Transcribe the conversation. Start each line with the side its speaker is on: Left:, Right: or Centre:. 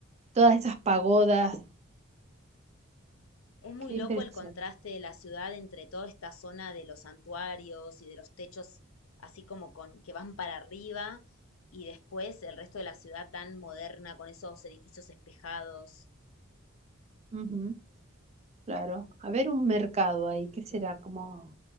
Right: todas esas pagodas,
Left: Es muy
Right: qué
Left: loco
Right: impresión.
Left: el contraste de la ciudad entre toda esta zona de los santuarios y de los techos así como con que van para arriba y después el resto de la ciudad tan moderna con esos edificios espejados.
Right: Ujú, claro, a ver un mercado ahí, ¿qué será? Como,